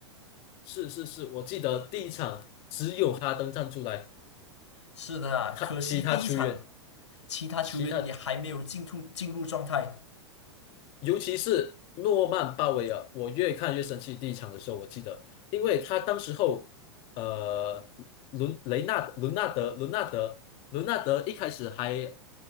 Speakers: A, on the left; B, on the left.
A: 是是是，我记得第一场只有哈登站出来，
B: 是的啊，
A: 他其他球员
B: 可惜第一场其他球员也还没有进入进入状态。
A: 其他，尤其是诺曼鲍威尔，我越看越生气。第一场的时候，我记得，因为他当时候，呃，伦雷纳伦纳德伦纳德伦纳德一开始还